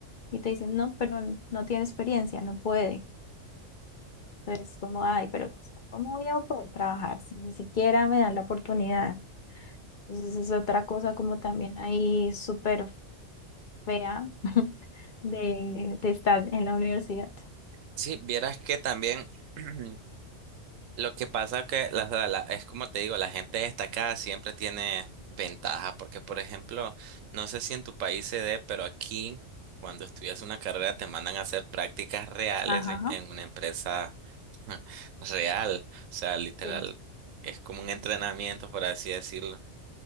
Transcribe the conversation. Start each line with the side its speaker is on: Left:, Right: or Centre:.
Left: Y te dicen, no, pero no tiene experiencia, no puede. Entonces, como, ay, pero pues, ¿cómo voy a poder trabajar si ni siquiera me dan la oportunidad? Entonces, es otra cosa como también ahí súper fea <laughs> de, de estar en la universidad.
Right: Sí, vieras que también <clears throat> lo que pasa que la, la- la- es como te digo, la gente destacada siempre tiene ventaja, porque por ejemplo, no sé si en tu país se dé, pero aquí cuando estudias una carrera te mandan a hacer prácticas reales
Left: Ajá.
Right: en, en una empresa <laughs> real, o sea, literal,
Left: Sí.
Right: es como un entrenamiento, por así decirlo.